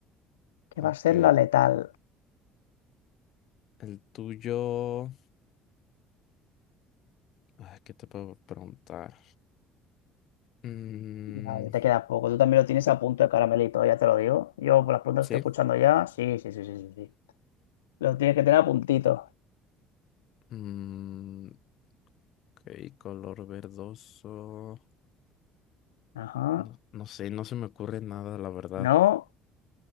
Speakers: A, on the left; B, on the left.
A: que
B: ok,
A: va a ser la letal.
B: el tuyo. ah, ¿qué te puedo preguntar? Mm,
A: Ya, te queda poco. Tú también lo tienes a punto de caramelito, ya te lo digo. Yo por las preguntas
B: sí.
A: que estoy escuchando ya. Sí, sí, sí, sí, sí. sí. Lo tienes que tener a puntito.
B: Mm, ok, color verdoso.
A: Ajá.
B: No, no sé, no se me ocurre nada, la verdad.
A: ¿No?